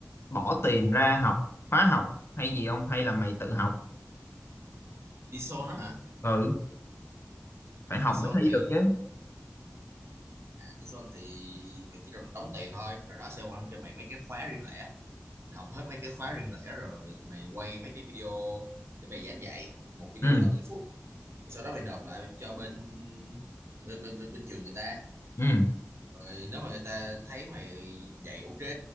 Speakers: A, on the left; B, on the right.
A: bỏ tiền ra học khóa học hay gì không hay là mày tự học
B: Tison đó hả
A: ừ phải học
B: Tison
A: mới thi
B: thì
A: được chứ
B: à, Tison thì mày chỉ cần đóng tiền thôi rồi nó sẽ quăng cho mày mấy cái khóa riêng lẻ mày học hết mấy cái khóa riêng lẻ rồi thì mày quay mấy cái video để mày giảng dạy một video
A: ừ
B: tầm 10 phút rồi sau đó mày nộp lại cho bên bên bên bên, bên trường người ta
A: ừ
B: rồi nếu mà người ta thấy mày dạy ok